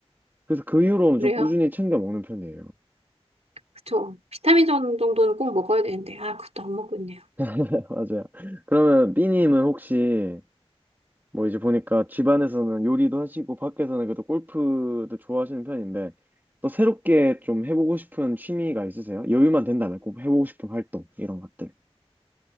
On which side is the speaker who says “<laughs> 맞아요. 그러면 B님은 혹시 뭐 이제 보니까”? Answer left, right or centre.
Right